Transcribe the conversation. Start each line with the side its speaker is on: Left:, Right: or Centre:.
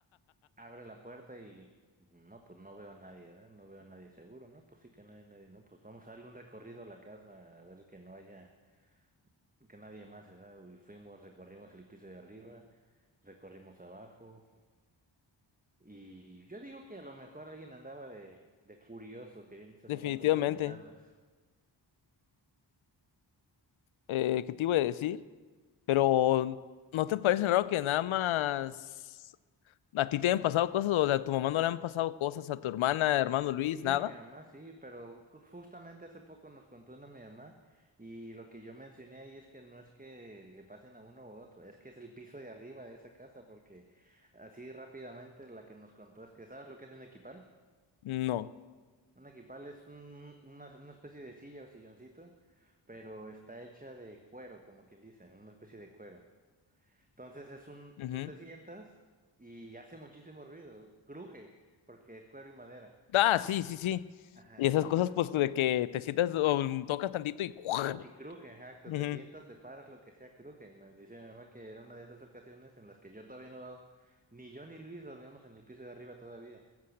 Right: Abro la puerta y no, pues no veo a nadie, ¿verdad? No veo a nadie seguro, ¿no? Pues sí que no hay nadie, ¿no? Pues vamos a darle un recorrido a la casa a ver que no haya, que nadie más, ¿verdad? Y fuimos, recorrimos el piso de arriba, recorrimos abajo y yo digo que a lo mejor alguien andaba de, de curioso queriendo
Left: Definitivamente.
Right: asomar por las ventanas.
Left: Eh, ¿qué te iba a decir? Pero, ¿no te parece raro que nada más a ti te hayan pasado cosas o a tu mamá no le han pasado cosas, a tu hermana, hermano Luis,
Right: Sí,
Left: nada?
Right: a mi mamá, sí, pero ju- justamente hace poco nos contó una mi mamá y lo que yo mencioné ahí es que no es que le pasen a uno u otro, es que es el piso de arriba de esa casa, porque así rápidamente la que nos contó es que, ¿sabes lo que es un equipal?
Left: No.
Right: Un equipal es un- una, una especie de silla o silloncito, pero está hecha de cuero, como quien dice, una especie de cuero. Entonces es un,
Left: Ujú.
Right: tú te sientas y hace muchísimo ruido, cruje, porque es cuero y madera.
Left: Ah, sí, sí, sí.
Right: Ajá,
Left: Y
Right: entonces
Left: esas cosas, pues, de que te sientas o tocas tantito y... Ujú,
Right: Y cruje, exacto,
Left: ujú,
Right: te sientas, te paras, lo que sea, cruje. Y Me dice mi mamá que era una de esas ocasiones en las que yo todavía no, ni yo ni Luis dormíamos en el piso de arriba todavía.